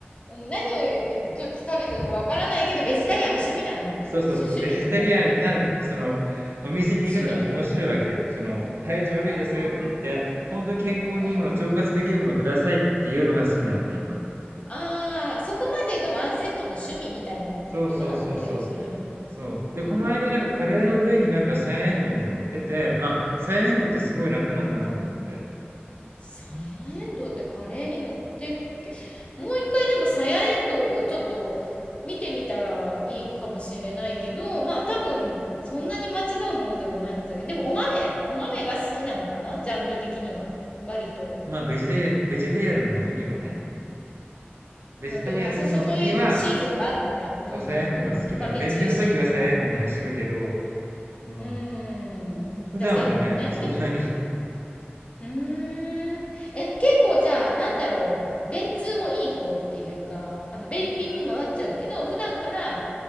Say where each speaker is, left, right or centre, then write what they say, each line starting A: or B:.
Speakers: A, on the left (about 30°); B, on the right (about 70°).
A: 何を言う、ちょっと食べてたかわからないけど、ベジタリアンが趣味なん、趣、
B: そうそうそう、
A: 趣味だっけ
B: ベジタリアンな、その、お店に行くのが面白いわけよ。
A: 趣味というか、
B: その、体調悪いですって言って、
A: あ
B: 本当に健康にいいもの、
A: うん。
B: 腸活できるものくださいっていうのが好きなわけ、今。
A: ああ、そこまでがワンセットの趣味みたいなことなんだ、
B: そうそうそうそう。
A: 要するに。
B: そう。
A: うーん。
B: で、この間なんかカレーの上になんかサヤエンドウみたいなの乗ってて、あ、サヤエンドウってすごい楽なんだなと思って。
A: サヤエンドウってカレーに乗ってるっけもう一回でもサヤエンドウをちょっと見てみたらいいかもしれないけど、まあ多分そんなに間違うものではないはずだけど、でもお豆、お豆が好きなのかなジャンル的には。割と。
B: まあ、ベジタリア、ベジタリアンの時はね。ベジタリアンの時は、
A: のと、あ、そうそう、そういうシーズンがあるんだ。うんうんうん。
B: そう、サヤエンドウが好きだけど、
A: 豆中心の。
B: 便秘の時はサヤエンドウに走るけど、うん。
A: うー
B: 普段はね、
A: ん。出せるのね。
B: そんなに。
A: でもうーん。え、結構じゃあ、なんだろう、便通もいい方っていうか、あの、便秘もなっちゃうけど、普段から、